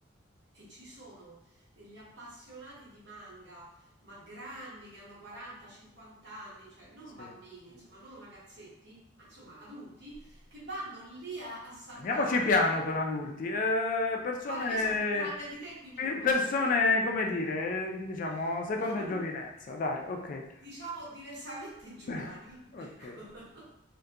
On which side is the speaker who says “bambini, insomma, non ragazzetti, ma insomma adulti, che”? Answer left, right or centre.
Right